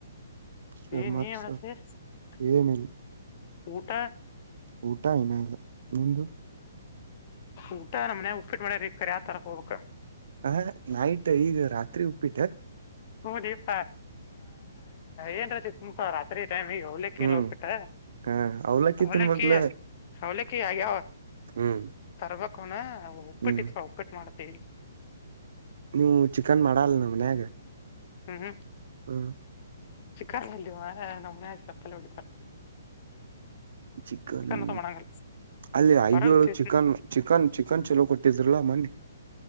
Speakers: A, on the right; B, on the left.
A: ಸರ್
B: <unintelligible>
A: ಮತ್ ಸರ್ ಏನಿಲ್ಲ
B: ಊಟ
A: ಊಟ ಇನ್ನ ಇಲ್ಲ ನಿಂದು
B: ಊಟ ನಮ್ಮ ಮನ್ಯಾಗ ಉಪ್ಪಿಟ್ಟ ಮಾಡ್ಯ್ರ ಕರಿ ಆ ತರ ಹೋಗಬೇಕ
A: ಹ ನೈಟ್ ಈಗ ರಾತ್ರಿ ಉಪ್ಪಿಟ್ಟ
B: ಹ್ಮ ದೀಪಾ ಏನ್ರ ಚಿಕ್ಕ ಮುಖ ರಾತ್ರಿ <unintelligible> ಟೈಮ್ ಈಗ ಅವಲಕ್ಕಿಲ್ಲಿ
A: ಹ್ಮ್
B: ಉಪ್ಪಿಟ್ಟ
A: ಹ ಅವ್ಲಕ್ಕಿ
B: ಅವಲಕ್ಕಿ
A: ತಿನ್ಬಕ್ಲ
B: ಅವಲಕ್ಕಿ ಆಗ್ಯಾವ
A: ಹ್ಮ್
B: ತರಬೇಕವನ ಉಪ್ಪಟ್ಟಿತ್ವ
A: ಹ್ಮ್
B: ಉಪ್ಪಟ್ಟು ಮಾಡ್ತವಿ
A: ನೀವು ಚಿಕನ್ ಮಾಡಲ್ ನ ಮನ್ಯಾಗ
B: ಹ್ಮ್
A: ಹ್ಮ್
B: ಚಿಕ್ಕನ ಎಲ್ಲಿವ ನಮ್ಮ ಮನ್ಯಾಗ ಚಪ್ಪಲೆ ಹೊಡಿತಾರ
A: ಚಿಕನ್
B: ಅಂತ ಮಾಡಂಗಲ್ಲ
A: ಅಲ್ಲಿ
B: ಹೊರಗ್
A: ಐಬಿ ಒಳಗ ಚಿಕನ್ ಚಿಕನ್ ಚಿಕನ್ ಚಲೋ ಕೊಟ್ಟಿದ್ರಲ್ಲಾ ಮನ್ನಿ